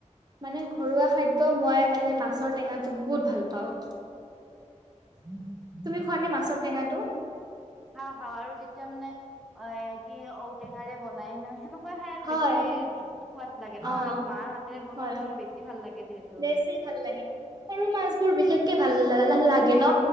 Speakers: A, on the right; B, in the centre.
A: মানে ঘৰুৱা খা দ্য মই মানে মাছৰ টেঙাটো বহুত ভাল পাওঁ। তুমি খোৱা নে মাছৰ টেঙাটো?
B: খাও খাও আৰু যেতিয়া মানে অ কি ঔটেঙাৰে বনাই নহয় সেনেকোৱা খাই আৰু
A: হয়
B: বেছি সোৱাদ লাগে
A: অ
B: ন আৰু মাৰ হাতেৰে বনোৱাতো
A: হয়
B: আৰু বেছি ভাল লাগে যিহে-
A: বেছি ভাল লাগে সৰু মাছবোৰ বিশেষকে ভাল লা লাগে ন।